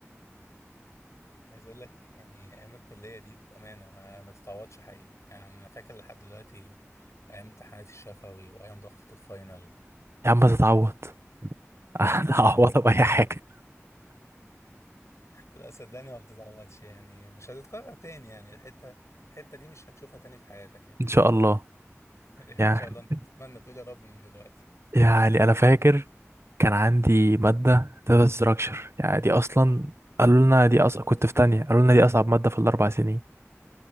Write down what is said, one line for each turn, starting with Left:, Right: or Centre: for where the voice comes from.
Left: عايز اقول لك يعني ايام الكليه دي بامانه ما, ما تتعوضش حقيقي يعني انا فاكر لحد دلوقتي ايام امتحانات الشفوي وايام ضغطه الفاينل
Right: يا عم تتعوض
Left: <laughs>
Right: <laughs> هتعوضها
Left: لا يا عم
Right: بأي حاجة
Left: لا صدقني ما بتتعوضش يعني مش هتتكرر تاني يعني الحته الحته دي مش هتشوفها تاني في حياتك يعني
Right: ان شاء الله
Left: <laughs>
Right: يعني
Left: ان شاء الله انت بتتمنى بتقول يا رب من دلوقتي
Right: يعني انا فاكر كان عندي مادة داتا ستراكشر يعني دي اصلا
Left: امم
Right: قالوا لنا دي أص... كنت في تانية قالوا لنا دي اصعب مادة في الاربع سنين